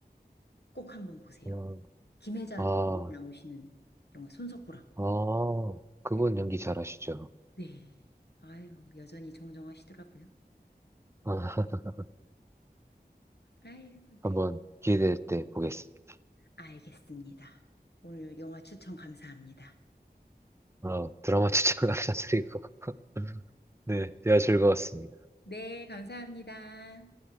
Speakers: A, on the left; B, on the right.
A: 꼭 한번 보세요.
B: 음,
A: 김혜자
B: 아,
A: 나오시는 영화 손석구랑.
B: 아, 그분
A: 네.
B: 연기 잘하시죠.
A: 네. 아이고, 여전히 정정하시더라고요.
B: 아, <laughs>
A: 아이고,
B: 한번
A: 네.
B: 기회될 때 보겠습니다.
A: 알겠습니다. 오늘 영화 추천 감사합니다.
B: 아, 드라마 추천 감사드리고. <laughs> 네, 대화 즐거웠습니다.
A: 네, 감사합니다.